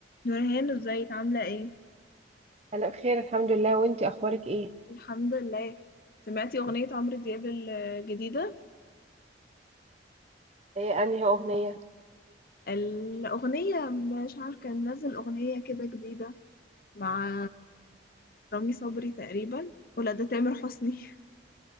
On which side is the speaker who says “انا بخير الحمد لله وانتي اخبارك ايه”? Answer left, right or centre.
Right